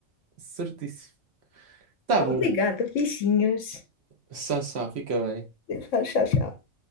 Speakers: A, on the right; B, on the left.
A: Certíssimo. Tá
B: Obrigada,
A: bom.
B: beijinhos.
A: Tchau, tchau. Fica bem.
B: Tchau, tchau, tchau.